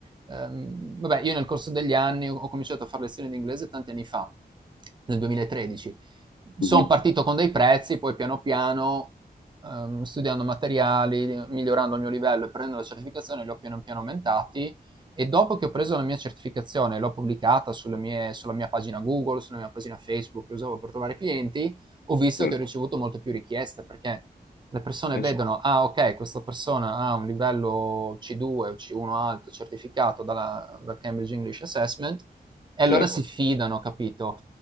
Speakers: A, on the right; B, on the left.
A: ehm, vabbè, io nel corso degli anni ho ho cominciato a fare lezioni di inglese tanti anni fa, nel 2013. Sono
B: Mh-mh,
A: partito con dei prezzi, poi piano piano, ehm, studiando materiali, migliorando il mio livello e prendendo la certificazione, li ho piano piano aumentati. E dopo che ho preso la mia certificazione e l'ho pubblicata sulle mie- sulla mia pagina Google, sulla mia pagina Facebook che usavo per trovare clienti, ho visto
B: certo.
A: che ho ricevuto molte più richieste perché le persone
B: Eh
A: vedono,
B: s
A: ah ok, questa persona ha un livello C2 o C1 alto certificato dalla- dal Cambridge English Assessment e allora
B: certo,
A: si fidano, capito?